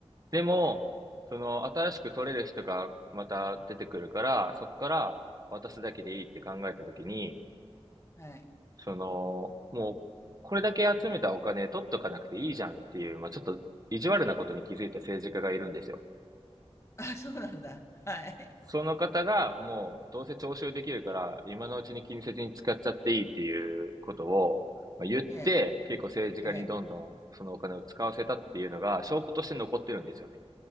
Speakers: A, on the right; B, on the left.
A: でも、その、新しく取れる人がまた出てくるから、そこから渡すだけでいいって考えたときに、
B: はい。
A: その、もう、これだけ集めたお金取っとかなくていいじゃんっていう、まあ、ちょっと意地悪なことに気づいた政治家がいるんですよ。
B: あ、そうなんだ。はい。
A: その方がもうどうせ徴収できるから今のうちに近接に使っちゃっていいっていうことを言って結構政治家にどんどんそのお金を使わせたっていうのが証拠として残ってるんですよね。
B: ええ、ええ。